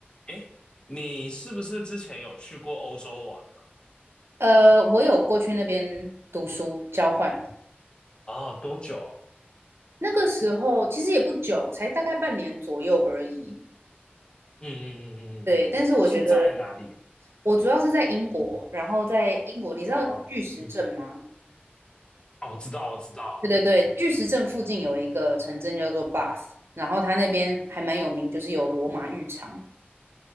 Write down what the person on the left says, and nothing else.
诶，你是不是之前有去过欧洲玩呢？
哦，多久啊？
嗯嗯嗯嗯嗯，
是在哪里啊？
哦，嗯，哦，我知道，我知道。